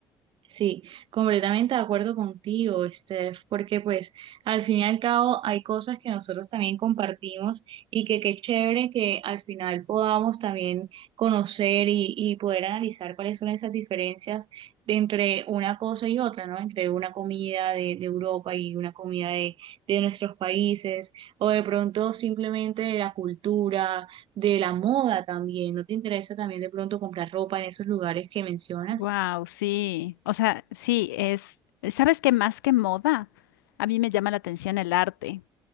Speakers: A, on the right; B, on the left.
A: Sí, completamente de acuerdo contigo, Steph, porque pues al fin y al cabo hay cosas que nosotros también compartimos y que qué chévere que al final podamos también conocer y, y poder analizar cuáles son esas diferencias de entre una cosa y otra, ¿no? Entre una comida de, de Europa y una comida de, de nuestros países, o de pronto simplemente de la cultura, de la moda también. ¿No te interesa también de pronto comprar ropa en esos lugares que mencionas?
B: Wow, sí. O sea, sí, es, ¿sabes qué más que moda? A mí me llama la atención el arte.